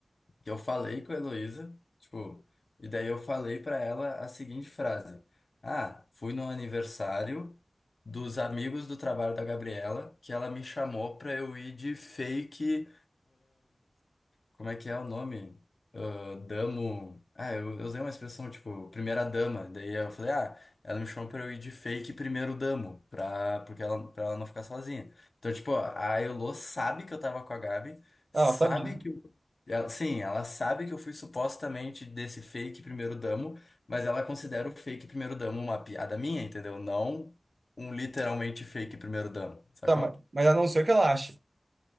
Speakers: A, on the left (about 65°); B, on the right (about 50°).
A: que eu falei com a Heloísa, tipo, e daí eu falei pra ela a seguinte frase: Ah, fui no aniversário dos amigos do trabalho da Gabriela, que ela me chamou pra eu ir de fake, como é que é o nome? Ah, damo. Ah, eu, eu usei uma expressão tipo, primeira dama. Daí eu falei, ah, ela me chamou pra eu ir de fake primeiro damo, pra, porque ela, pra ela não ficar sozinha. Então, tipo, a Elô sabe que eu tava com a Gabi, sabe
B: Ah, ela sabe disso.
A: que. eu- Ela, sim, ela sabe que eu fui supostamente desse fake primeiro damo, mas ela considera o fake primeiro damo uma piada minha, entendeu? Não um literalmente fake primeiro damo, sacou?
B: Tá, mas, mas ela não sei o que ela acha.